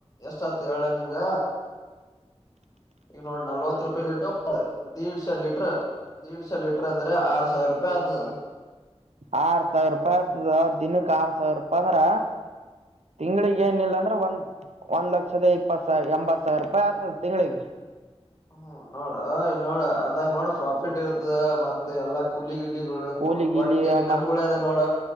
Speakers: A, on the left; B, on the right.
A: ಎಷ್ಟ ಆತ ಹೇಳಳ್ ನಿನ್ಗ ಈಗ ನೋಡ ನಲ್ವತ್ ರೂಪಾಯಿ ಲೀಟ್ರ ದಡ್ ಶ ಲೀಟ್ರ ದೀಡ್ ಶ ಲೀಟರ್ ಅಂದ್ರೆ ಆರ್ ಸಾವಿರ ರೂಪಾಯಿ ಆಗ್ತದ
B: ಆರ್ ಸಾವಿರ ರೂಪಾಯಿ ಆತದ ದಿನಕ್ಕೆ ಆರ್ ಸಾವಿರ ರೂಪಾಯಿ ಅಂದ್ರ ತಿಂಗಳಿಗೆ ಏನಿಲ್ಲ ಅಂದ್ರೆ ಒಂದ್ ಒಂದ್ ಲಕ್ಷದ ಇಪ್ಪತ್ ಸಾವಿರ ಎಂಬತ್ ಸಾವಿರ ರೂಪಾಯಿ ಆಗ್ತದೆ ತಿಂಗಳಿಗೆ
A: ಹ್ಮ ನೋಡ್ರ ಇಲ್ ನೋಡ ಅರ್ದಾಗ ನೋಡ್ರ ಪ್ರಾಫಿಟ್ ಇರ್ತದ ಮತ್ ಎಲ್ಲಾ ಕೂಲಿಗ ಇಲ್ಲಿ
B: ಕೂಲಿ ಗಿಲಿ
A: ಕೊಟ್ಟಕೇರಿ
B: ಮತ್
A: ನಮ್ಗಳು ಅದ ನೋಡ